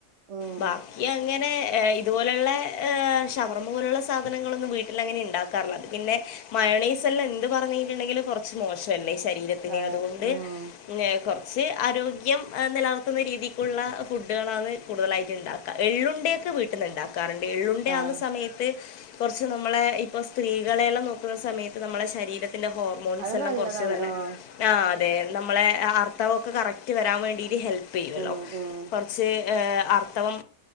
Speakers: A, on the right (about 70°); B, on the left (about 75°).
A: ഉം
B: ബാക്കിയങ്ങന ഏ ഇതുപൊലുള്ളേ ഏ ഷവർമ്മ പോലുള്ള സാധനങ്ങളൊന്നും വീട്ടിൽങ്ങനെ ഇണ്ടാക്കാറില്ല പിന്നെ മയോണീസല്ലാം എന്ത് പറഞ്ഞിട്ടുണ്ടെങ്കിലും കുറച്ച് മോശല്ലേ ശരീരത്തിനെ
A: അതെ
B: അതുകൊണ്ട്
A: ഉം
B: കുറച്ച് ആരോഗ്യം എ നിലനിർത്തുന്ന രീതിക്കുള്ള ഫുഡുകളാണ് കൂടുതലായിട്ടും ഉണ്ടാക്കുക എള്ളുണ്ടയൊക്കെ വീട്ടിൽ ഉണ്ടാക്കും കറണ്ട് എള്ളുണ്ട
A: ആഹ്
B: ആകുന്ന സമയത്ത് കുറച്ച് നമ്മളെ ഇപ്പൊ സ്ത്രീകളെയെല്ലാം നോക്കുന്ന സമയത്ത് നമ്മടെ ശരീരത്തി ന്റെ ഹോർമോൺസെല്ലാം
A: അത് നല്ലതാണ്
B: കുറച്ച് നല്ല
A: ആഹ്
B: ആ അതെ നാ നമ്മളെ അർത്തവം ഒക്കെ കറക്റ്റ് വരാൻ വേണ്ടിട്ട് ഹെൽപ് ഹെല്പ് ചെയുവല്ലോ
A: ഉം ഉം
B: കുറച്ച് ഏ അർത്ഥവം